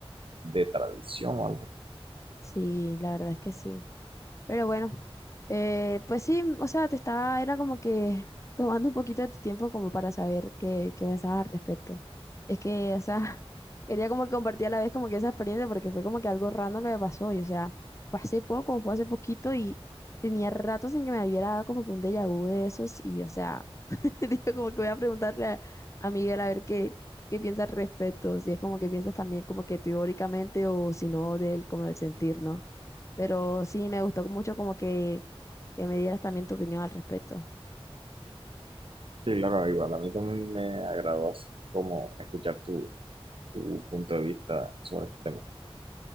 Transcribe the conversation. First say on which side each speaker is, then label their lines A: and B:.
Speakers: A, on the right; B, on the left.
A: de tradición o algo
B: Sí, la verdad es que sí. Pero bueno, eh, pues sí, o sea, te estaba, era como que tomando un poquito de tu tiempo como para saber qué, qué pensabas al respecto. Es que, o sea, <laughs> quería como que compartir a la vez como que esa experiencia porque fue como que algo random que me pasó y, o sea, fue hace poco, fue hace poquito y tenía rato sin que me hubiera dado como que un déjà vu de esos y, o sea, <laughs> digo como que voy a preguntarle a, a Miguel a ver qué, qué piensa al respecto, si es como que piensas también como que teóricamente o si no del, como el sentir, ¿no? Pero sí, me gustó mucho como que, que me dieras también tu opinión al respecto.
A: Sí, claro, igual a mí también me agradó así como escuchar tu, tu punto de vista sobre este tema.